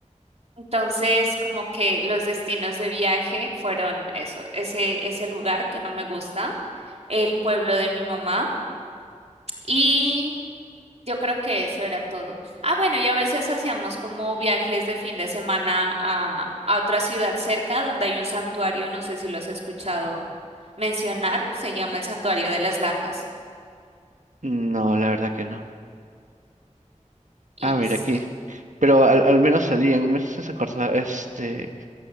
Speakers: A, on the right (about 60°); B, on the right (about 80°).
A: Entonces, como que los destinos de viaje fueron eso, ese, ese lugar que no me gusta, el pueblo de mi mamá y yo creo que eso era todo. Ah, bueno, y a veces hacíamos como viajes de fin de semana a, a otra ciudad cerca donde hay un santuario, no sé si lo has escuchado mencionar, se llama el Santuario de las Lajas.
B: No, la verdad que no.
A: Y
B: Ah, mira,
A: sí.
B: aquí. Pero al, al menos salían, me haces acordar, este,